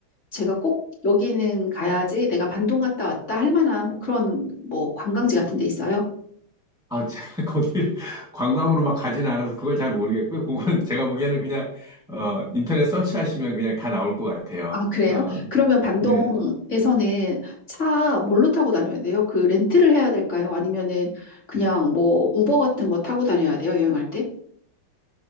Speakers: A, on the left; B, in the centre.
A: 제가 꼭 여기는 가야지 내가 반동 갔다 왔다 할 만한 뭐 그런 뭐 관광지 같은 데 있어요?
B: 아, 제가 <laughs> 거기 관광으로 막 가진 않아서 그걸 잘 모르겠고요. 그거는 제가 보기에는 그냥 어, 인터넷 서치하시면 그냥 다 나올 것 같아요.
A: 아, 그래요?
B: 어,
A: 그러면 반동에서는
B: 네.
A: 차 뭘로 타고 다녀야 돼요? 그 렌트를 해야 될까요? 아니면은 그냥 뭐 우버 같은 거 타고 다녀야 돼요? 여행할 때?